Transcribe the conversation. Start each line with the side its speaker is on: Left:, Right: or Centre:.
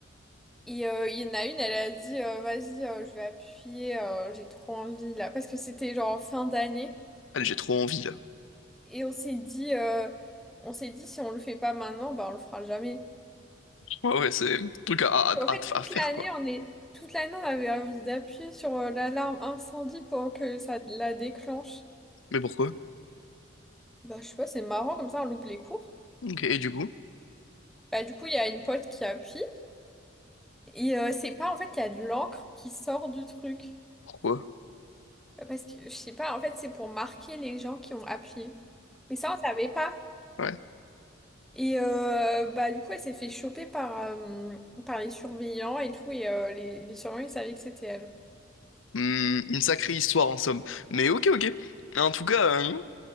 Centre: Et euh, il y en a une, elle a dit euh, vas-y euh, je vais appuyer, euh, j'ai trop envie là parce que c'était genre en fin d'année
Left: Allez, j'ai trop envie là.
Centre: et on s'est dit euh, on s'est dit si on le fait pas maintenant bah on le fera jamais.
Left: Ouais, ouais, c'est un truc à, à,
Centre: En
Left: à,
Centre: fait, toute
Left: à faire
Centre: l'année,
Left: quoi.
Centre: on est... toute l'année, on avait envie d'appuyer sur euh, l'alarme incendie pour que ça la déclenche.
Left: Mais pourquoi?
Centre: Bah, je sais pas, c'est marrant, comme ça, on loupe les cours.
Left: Ok, et du coup?
Centre: Bah, du coup, il y a une pote qui appuie. Et euh, c'est pas, en fait, il y a de l'encre qui sort du truc.
Left: Pourquoi?
Centre: Euh, Parce que, je sais pas, en fait, c'est pour marquer les gens qui ont appuyé. Mais ça, on savait pas.
Left: Ouais.
Centre: Et euh, bah, du coup, elle s'est fait choper par, euh, par les surveillants et tout. Et euh, les, les surveillants, ils savaient que c'était elle.
Left: Hmm, une sacrée histoire en somme. Mais ok, ok. En tout cas, hein,